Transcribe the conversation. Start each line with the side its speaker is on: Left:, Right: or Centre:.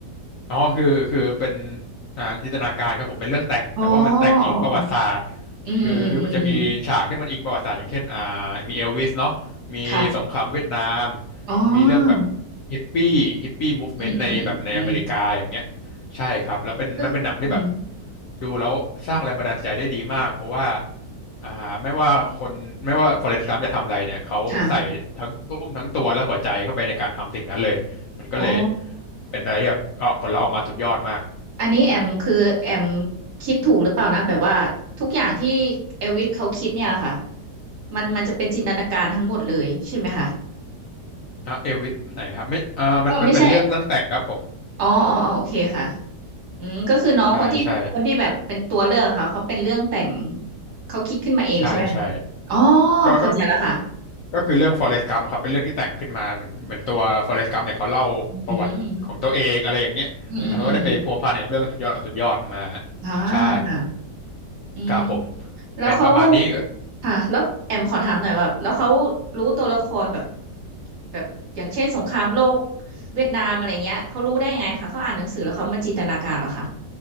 Left: อ๋อคือคือเป็นอ่าจินตนาการครับผมเป็นเรื่องแต่งแต่ว่ามันแต่งอิงประวัติศาสตร์
Right: อ๋ออ๋อออืมอืมอืมอืม
Left: คือคือมันจะมีฉากที่มันอิงประวัติศาสตร์อย่างเช่นอ่ามีเอลวิสเนาะมีสงครามเวียดนาม
Right: ค่ะอ๋อ
Left: มีเรื่องแบบฮิปปี้ฮิปปี้มูฟเมนต์ในแบบในอเมริกาอย่างเงี้ย
Right: อืมอืมอืมอืม
Left: ใช่ครับแล้วเป็นมันเป็นหนังที่แบบ
Right: ก็อืม
Left: ดูแล้วสร้างแรงบันดาลใจได้ดีมากเพราะว่า อ่าไม่ว่าคนไม่ว่าฟอเรสต์กัมจะทำอะไรเนี่ยเขาใส่ทั้งทุ่มทั้งตัวและหัวใจเข้าไปในการทำสิ่งนั้นเลยมันก็เลย
Right: ค่ะอ๋อ
Left: เป็นอะไรที่แบบเออผลลัพธ์ออกมาสุดยอดมาก
Right: อันนี้แอมคือแอมคิดถูกหรือเปล่านะแบบว่าทุกอย่างที่เอลวิสเขาคิดเนี่ยค่ะมันมันจะเป็นจินตนาการทั้งหมดเลยใช่ไหมคะ
Left: อ่ะเอลวิสไหนนะครับไม่เอ่ามันมันเป็นเรื่องเรื่องแต่งครับผม
Right: อ๋อไม่ใช่อ๋ออ๋ออ๋อโอเคค่ะอืมก็คือน้องคนที่คนที่แบบเป็นตัวเรื่องค่ะเขาเป็นเรื่องแต่ง
Left: ใช่ใช่
Right: เขาคิดขึ้นมาเองใช่ไหมคะอ๋อ
Left: ใช่ใช่ก็ก็
Right: เข้าใจแล้วค่ะ
Left: ก็คือเรื่องฟอเรสต์กัมครับเป็นเรื่องที่แต่งขึ้นมาเหมือนเหมือนตัวฟอเรสต์กัมเนี่ยเขาเล่าประวัติของตัวเองอะไรอย่างเงี้ยแล้วเขาก็ได้ไปพัวพันกับเรื่องสุดยอดสุดยอดมา
Right: อืมอืมอืมอืมอมอ่า
Left: ใช่
Right: ค่ะอืม
Left: ครับผม
Right: แล้วเขา
Left: เป็นประมาณนี้
Right: ค่ะแล้วแอมขอถามหน่อยว่าแล้วเขารู้ตัวละครแบบแบบอย่างเช่นสงครามโลกเวียดนามอะไรเงี้ยเขารู้ได้ยังไงคะเขาอ่านหนังสือแล้วเขามาจินตนาการเหรอคะ